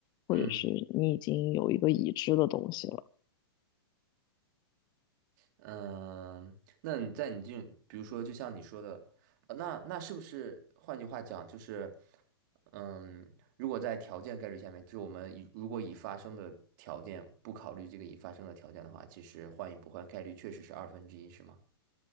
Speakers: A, on the left (about 30°); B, on the right (about 50°).
A: 或者是你已经有一个已知的东西了。
B: 嗯。嗯，那你在你这，比如说，就像你说的，呃那那是不是换句话讲，就是，嗯，如果在条件概率下面，就是我们以如果已发生的条件不考虑这个已发生的条件的话，其实换与不换概率确实是二分之一，是吗？